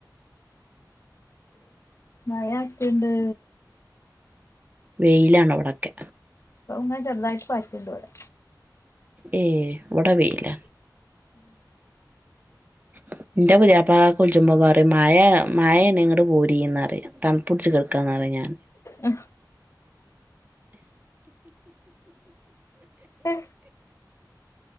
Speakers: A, on the left; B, on the right.
A: മഴാറ്റ്ണ്ട്
B: വെയിലാണ് ഇവിടൊക്കെ
A: ങ്ങനെ ചെറുതായിട്ട് പറ്റിണ്ട് ഇവടെ
B: ഏ വടെ വെയില
A: ഉം
B: ഉ എന്റെ പുതിയപ്പെ വിളിച്ചുമ്പോ പറയും മായ മായാണ് നിങ്ങട് പോരിന്ന്റ തണുപടച്ച് കേൾക്കന്ന് ഞാൻ
A: ആ ആഹ